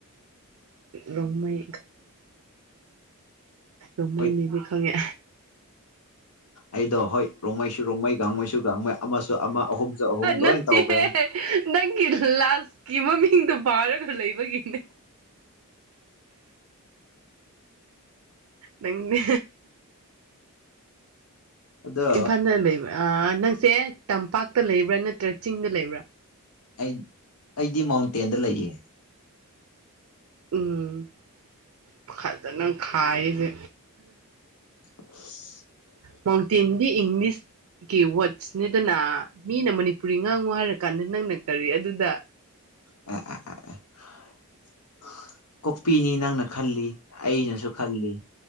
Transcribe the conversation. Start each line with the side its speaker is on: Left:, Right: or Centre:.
Right: ꯔꯣꯡꯃꯩ꯫ ꯔꯣꯡꯃꯩ
Left: ꯍꯣꯏ
Right: ꯅꯦꯗꯤ ꯈꯪꯉꯦ꯫
Left: ꯑꯩꯗꯣ ꯍꯣꯏ ꯔꯣꯡꯃꯩꯁꯨ ꯔꯣꯡꯃꯩ ꯥꯡꯉꯩꯁꯨ ꯥꯡꯉꯩ ꯑꯃꯁꯨ ꯑꯃ ꯑꯍꯨꯝꯁꯨ ꯑꯍꯨꯝ
Right: ꯅꯠꯇꯦꯍꯦ
Left: ꯂꯣꯏ ꯇꯧꯈ꯭ꯔꯦ꯫
Right: ꯅꯪꯒꯤ ꯀꯤ ꯃꯃꯤꯡꯗꯣ ꯄꯥꯔ ꯈ ꯂꯩꯕꯒꯤꯅꯦ꯫ ꯅꯪꯅ
Left: ꯑꯗꯣ
Right: ꯏꯝꯐꯥꯟꯖ ꯂꯩꯕ꯫ ꯅꯪꯁꯦ ꯇꯝꯄꯥꯛꯇ ꯂꯩꯕ꯭ꯔꯥ ꯅꯠꯇ꯭ꯔꯥ ꯆꯤꯡꯗ ꯂꯩꯕ꯭ꯔꯥ
Left: ꯑꯩ ꯑꯩꯗꯤ ꯃꯥꯎꯟꯇꯦꯟꯗ ꯂꯩꯌꯦ꯫
Right: ꯎꯝ ꯐꯖꯅ ꯈꯥꯏꯌꯦ
Left: <unintelligible>
Right: ꯃꯥꯎꯟꯇꯦꯟꯗꯤ ꯏꯪꯂꯤꯁ ꯀꯤ ꯋꯥꯔꯗꯁꯅꯦꯗꯅ ꯃꯤꯅ ꯃꯅꯤꯄꯨꯔꯤ ꯉꯥꯡꯉꯨ ꯍꯥꯏꯔ ꯀꯥꯟꯗ ꯅꯪꯅ ꯀꯔꯤ ꯑꯗꯨꯗ
Left: <unintelligible> ꯀꯣꯛꯄꯤꯅꯤ ꯅꯪꯅ ꯈꯜꯂꯤ ꯑꯩꯅꯁꯨ ꯈꯜꯂꯤ